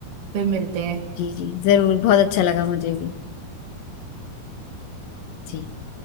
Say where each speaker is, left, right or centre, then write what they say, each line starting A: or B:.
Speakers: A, on the right; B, on the left.
A: फिर मिलते हैं
B: जी जी जरूर बहुत अच्छा लगा मुझे भी जी